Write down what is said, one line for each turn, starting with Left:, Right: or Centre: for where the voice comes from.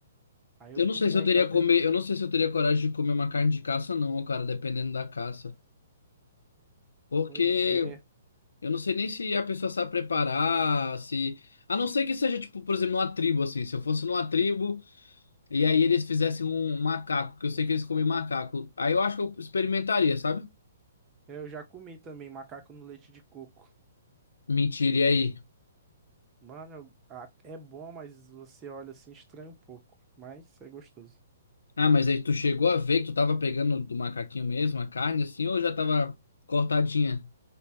Right: Aí eu
Left: Eu
Right: comi
Left: não sei se
Right: aí
Left: eu teria
Right: da.
Left: comer, eu não sei se eu teria coragem de comer uma carne de caça não, cara, dependendo da caça. Porque
Right: Pois é.
Left: Eu não sei nem se a pessoa sabe preparar, se. A não ser que seja, tipo, por exemplo, numa tribo, assim. Se eu fosse numa tribo e aí eles fizessem um macaco, que eu sei que eles comem macaco. Aí eu acho que eu experimentaria, sabe?
Right: é, Eu já comi também macaco no leite de coco.
Left: Mentira, e aí?
Right: Mano, eu- ah, é bom, mas você olha assim, estranha um pouco. Mas é gostoso.
Left: Ah, mas aí tu chegou a ver que tu tava pegando do macaquinho mesmo a carne, assim, ou já tava cortadinha?